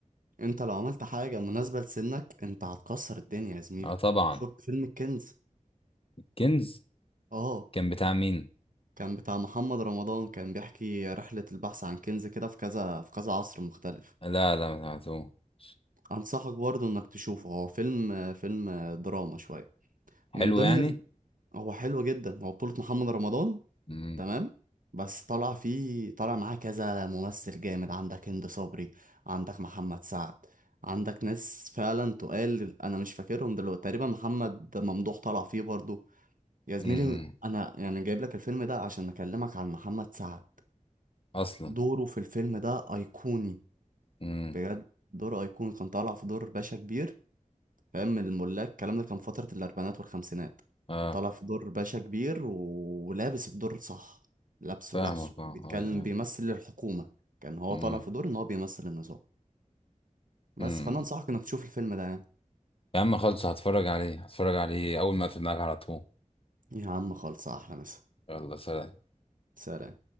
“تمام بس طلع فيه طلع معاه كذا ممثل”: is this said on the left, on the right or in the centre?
Right